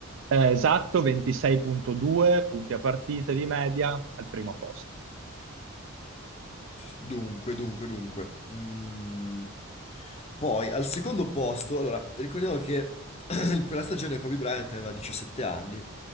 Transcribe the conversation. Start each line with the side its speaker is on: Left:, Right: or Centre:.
Right: Eh, esatto, 26.2 punti a partita di media al primo posto.
Left: Dunque, dunque, dunque. Mm, poi al secondo posto, allora, ricordiamo che <clears throat> in quella stagione Kobe Bryant aveva 17 anni